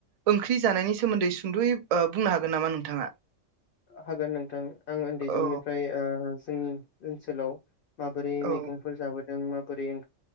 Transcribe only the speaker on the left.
हागोन नोंथां आं उन्दै समनिफ्राय
ओ जोंनि ओनसोलाव माबोरै
मैगंफोर जाबोदों मा बोरै ओं